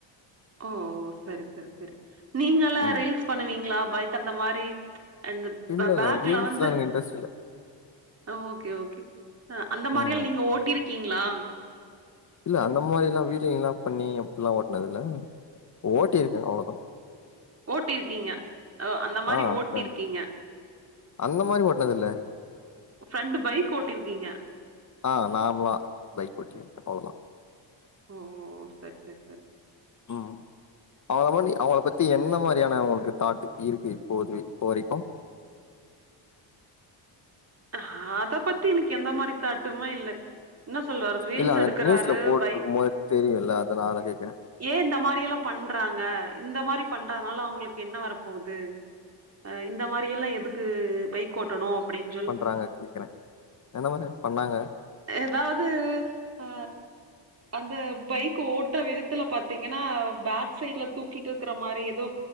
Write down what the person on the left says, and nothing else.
ம்
இல்ல இல்ல
ரீல்ஸ்லா
எனக்கு இன்ட்ரெஸ்ட் இல்ல
ம்
இல்ல அந்த மாரிலா வீலிங்லா பண்ணி அப்ட்லா ஓட்னதில்ல ஓட்டிருக்கே அவ்ளதா
ஆ
ஃப்ரெண்டு அந்த மாரி ஓட்னதில்ல
ஆ நார்மலா பைக் ஓட்டிருக்கே அவ்ளதா
ம் அவங்கமோனி அவுங்கள பத்தி என்ன மாரியான அவுங்களுக்கு தாட் இருக்கு இப்போது இப்போ வரைக்கூ <inaudible>
இல்ல அந்த
நியூஸ்ல போட்ருக்கும்
போது தெரியுல்ல அதனால கேக்குறே
வாங்க கேக்குறே எந்த மாரி பண்ணாங்க